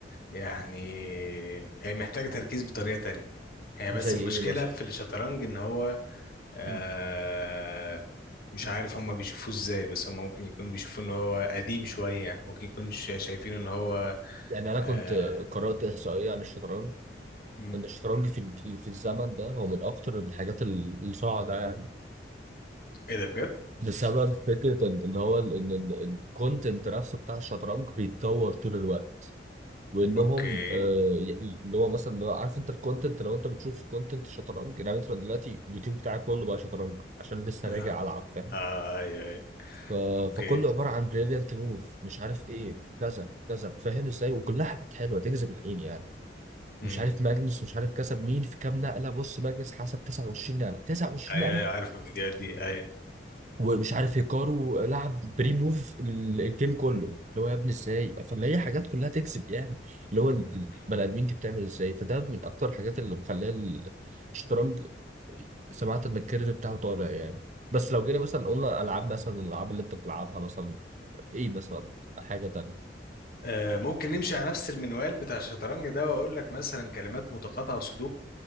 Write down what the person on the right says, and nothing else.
زي
ايه مثلا
م-
م.
يعني انا كنت
قرات احصائيه عن الشطرنج
ان الشطرنج في ال- في الزمن ده هو من اكتر الحاجات الصاعده يعني.
بسبب فكرة إن إن هو الكونتنت نفسه بتاع الشطرنج بيتطور طول الوقت وإنهم
آه يعني اللي هو مثلا اللي هو عارف أنت الكونتنت لو أنت بتشوف كونتنت شطرنج يعني أنت دلوقتي اليوتيوب بتاعي كله بقى شطرنج عشان لسه
راجع ألعب فاهم
ف...
فكله عبارة عن بريليانت موف مش عارف إيه كذا كذا فاهم إزاي وكلها حاجات حلوة تجذب العين يعني
مش عارف ماجنس مش عارف كسب مين في كام نقلة بص ماجنس حسب 29 نقلة 29
ومش عارف هيكارو لعب بري موف ال- الجيم كله اللي هو يا ابني ازاي فاللي هي حاجات كلها تكسب يعني اللي هو البني
ادمين دي بتعمل ازاي فده من اكتر الحاجات اللي مخليه الشطرنج سمعت ان الكيرف بتاعه طالع يعني بس لو جينا مثلا قلنا العاب مثلا الالعاب اللي انت بتلعبها مثلا ايه مثلا حاجه تانية